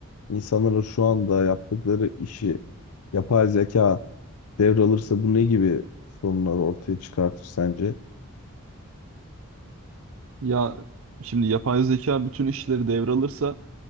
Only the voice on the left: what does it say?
insanların şu anda yaptıkları işi yapay zeka devralırsa bu ne gibi sorunlar ortaya çıkartır sence?